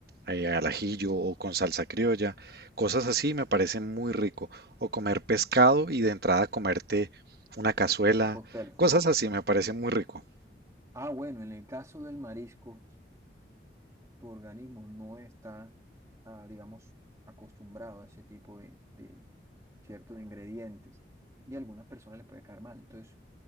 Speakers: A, on the right; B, on the right.
A: eh, al ajillo
B: Ajá.
A: o con salsa criolla, cosas así me parecen muy rico. O comer pescado y de entrada comerte una cazuela,
B: Cóctel.
A: cosas así me parecen muy rico.
B: Ah, bueno, en el caso del marisco, tu organismo no está ah, digamos, acostumbrado a ese tipo de, de ciertos ingredientes y a algunas personas les puede caer mal. Entonces,